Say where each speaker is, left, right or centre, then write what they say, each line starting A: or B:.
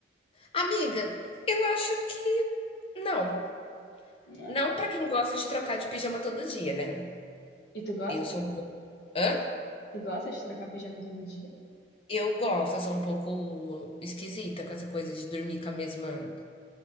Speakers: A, on the left (about 30°); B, on the left (about 75°).
A: amiga, eu acho que não.
B: Não.
A: Não pra quem gosta de trocar de pijama todo dia, né?
B: E tu gosta?
A: Eu sou um pouco. Hã?
B: Tu gosta de trocar pijama todo dia?
A: Eu gosto, eu sou um pouco esquisita com essa coisa de dormir com a mesma,